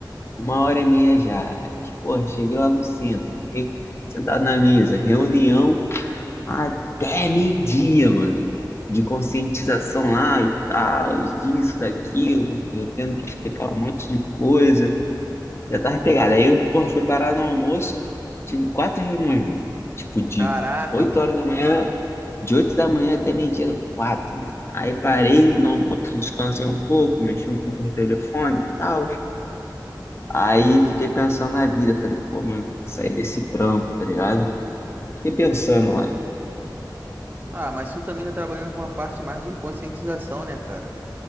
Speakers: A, on the left; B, on the right.
A: Uma hora e meia já. Aí, Porra, cheguei lá no centro, fiquei sentado na mesa, reunião até meio-dia, mano. De conscientização lá e tal, disso, daquilo, eu tendo que explicar um monte de coisa. Já tava pegado. Aí eu, porra, fui parar no almoço. Tive quatro reuniões, mano. Tipo, de
B: Caraca,
A: 8
B: mano.
A: horas da manhã, de 8 da manhã até meio-dia, quatro, mano. Aí parei no almoço, descansei um pouco, mexi um pouco no telefone e tal. Aí fiquei pensando na vida. Falei, pô, mano, tem que sair desse trampo, tá ligado? Fiquei pensando lá.
B: Ah, mas tu também tá trabalhando com uma parte mais de conscientização, né, cara?